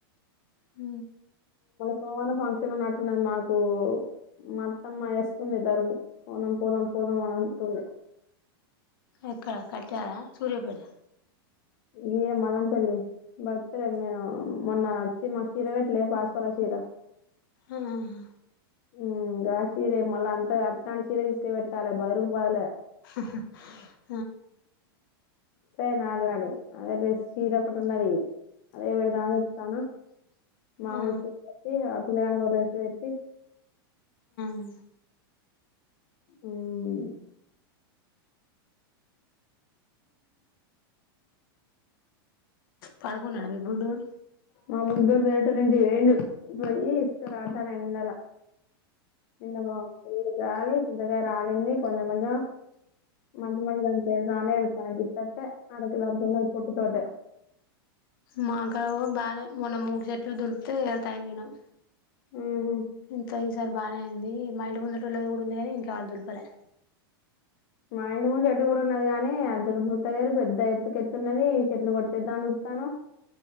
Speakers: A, on the left (about 65°); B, on the left (about 50°).
A: హ
B: సోమాన ఫంక్షన్ ఉన్నట్టున్నది మాకు మొత్తమ్మ వేస్తుందిద్దరు కోనం పోదాం పోదాం అని అంటుంది
A: ఎక్కడ కట్ట్యాల సూర్యాపేట
B: గీర మల్లంపల్లి బడుతులే మే మొన్న వచ్చి మాకు కీర పెట్టలే పాచి కలర్ చీర
A: ఆ హా
B: ఉమ్ గా చీరే మళ్ళా అంత అంత కాని చీర తీసుక పెట్టాలి బదులుకి బదులే
A: ఆహా
B: అయ నలాడి అదే ర చీర ఒకటి ఉన్నది అదే పెడదాం అని చప్తన్న మామూలు
A: ఆ
B: చీర పెట్టి ఆ పిల్లకాన కూడా డ్రెస్స్ పెట్టి
A: ఆ
B: ఉమ్
A: పడుకున్నాడ మీ బుడ్డోడు
B: మా బుడ్డోడు వెళ్రట రండి రేండు పోయిండు పోయి ఇసుకలో అడత్తాండు ఎండలా ఎండలో గాలీ చింతకాయారు రాలింది కొంచెం కొంచం మజు మజదా పెరిదా ఎతున కిట్టతే అడకులన్నది పొట్టి తోటె
A: మాకా బాలే మొన మూడు సెట్లు దుడుత తా వినం
B: మ్మ్హ్
A: ఎంతయి ఈసారి బానే అయింది మా ఇంటి ముందుటోళ్ళది కూడా ఉంది కాని ఇంకా వాళ్ళు దులుపలే
B: మా ఇంటి ముందు షర్ట్ కూడా ఉన్నది కాగానీ అద్దలు పుట్టలేరు పెద్ద ఎత్తుక ఎత్తున్నది చెషర్ట్లు కొట్టేద్దాన్ని చస్తాను